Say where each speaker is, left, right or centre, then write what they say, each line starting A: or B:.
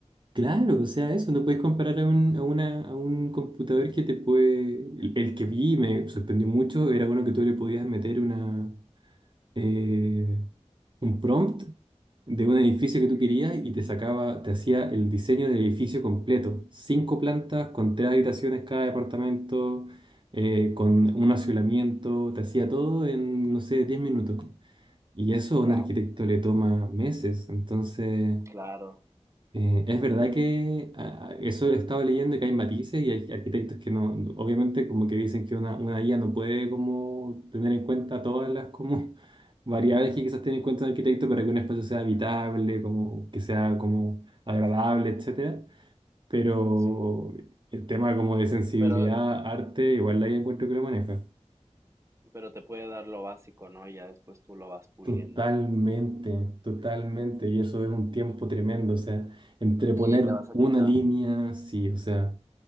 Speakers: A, on the right (about 45°); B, on the right (about 25°).
A: Claro, o sea, eso, no puedes comparar a un, a una, a un computador que te puede... El, el que vi y me sorprendió mucho era uno que tú le podías meter una... eh, un prompt de un edificio que tú
B: Ujú.
A: querías y te sacaba, te hacía el diseño del edificio completo. Cinco plantas, con tres habitaciones cada departamento, eh, con un aislamiento, te hacía todo en, no sé, 10 minutos. Y eso
B: Wow,
A: a un arquitecto le toma meses. Entonces.
B: claro,
A: Eh, es verdad que a- eso he estado leyendo que hay matices y hay arquitectos que no, no- obviamente como que dicen que una, una guía no puede como tener en cuenta todas las como <laughs> variables que quizás tiene en cuenta un arquitecto para que un espacio sea habitable, como que sea como agradable, etcétera. Pero
B: sí.
A: el tema como de sensibilidad,
B: Pero,
A: arte, igual la ahí encuentro que lo maneja.
B: pero te puede dar lo básico, ¿no? Y ya después tú lo vas puliendo.
A: Totalmente, totalmente. Y eso es un tiempo tremendo, o sea, entre poner
B: Sí, te vas a
A: una
B: quitar.
A: línea, sí, o sea.